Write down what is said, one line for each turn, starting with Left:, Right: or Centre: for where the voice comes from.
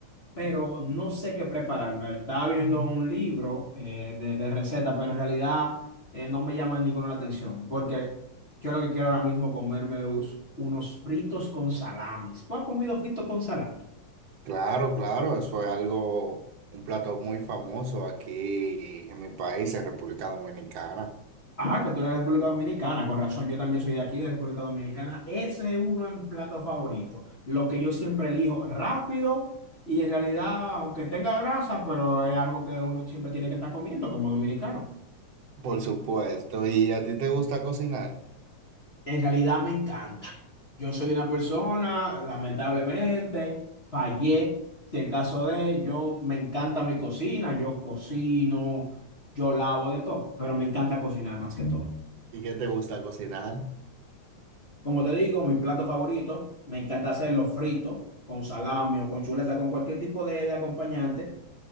Left: pero no sé qué prepararme. Estaba viendo un libro eh, de, de recetas, pero en realidad eh, no me llama ninguna la atención, porque yo lo que quiero ahora mismo comerme es unos fritos con salamis. ¿Tú has comido fritos con salami?
Right: Claro, claro, eso es algo, un plato muy famoso aquí en mi país, en República Dominicana.
Left: Ah, que tú eres de República Dominicana, con razón, yo también soy de aquí, de República Dominicana. Ese es uno en plato favorito. Lo que yo siempre elijo rápido y en realidad, aunque tenga grasa, pero es algo que uno siempre tiene que estar comiendo como dominicano.
Right: Por supuesto, ¿y a ti te gusta cocinar?
Left: En realidad me encanta. Yo soy una persona, lamentablemente, fallé. Si en caso de, yo me encanta mi cocina, yo cocino, yo lavo de todo, pero me encanta cocinar más que todo.
Right: ¿Y qué te gusta cocinar?
Left: Como te digo, mi plato favorito, me encanta hacerlo frito, con salami o con chuleta, con cualquier tipo de, de acompañante.